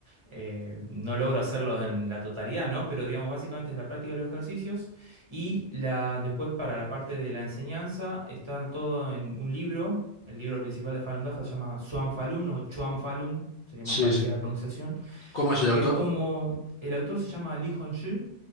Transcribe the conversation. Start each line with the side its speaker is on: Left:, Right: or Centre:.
Right: eh, no logro hacerlos en la totalidad, ¿no? Pero digamos, básicamente es la práctica de los ejercicios. Y la, después para la parte de la enseñanza está todo en un libro. El libro principal de Falun Dafa se llama Zhuang Falun o Chuan Falun, sería
Left: sí,
Right: más parecida
Left: sí.
Right: a la pronunciación,
Left: ¿Cómo es el
Right: que
Left: autor?
Right: es como el autor se llama Li Hongzhi,